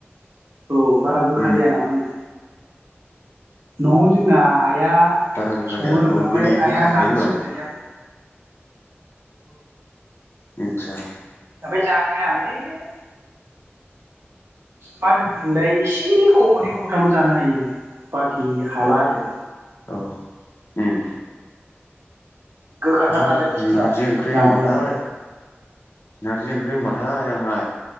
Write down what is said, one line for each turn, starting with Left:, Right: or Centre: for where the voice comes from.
Right: <inaudible> औ बारा गोखा
Left: उम
Right: जाया नामानो। जोंना आइआ
Left: बारा गोखा
Right: सङो
Left: जाया
Right: आमफाय
Left: औ गोदै
Right: आइआ
Left: गोखा थायो
Right: जानो
Left: नालाय
Right: थिनबाय थायो आरो।
Left: आच्छा।
Right: आमफाय जानो हाया आं ऐ मा होनोमोनलाय एसे खबनै खबथामल जानो हायो बाखि हाला आरो।
Left: औ अम
Right: गोखाथार
Left: हाब
Right: नालाय बुस्थुआ
Left: नारजि ओंख्रि
Right: जानो
Left: होनबाथाय
Right: हाया
Left: नारजि ओंख्रि होनबाथाय आंहा